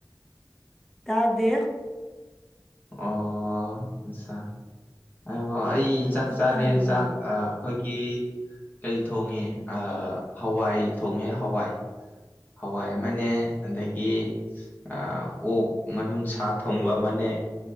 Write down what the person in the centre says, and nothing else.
ꯇꯥꯗꯦ
ꯀꯟꯅ
ꯇꯥꯏꯌꯦ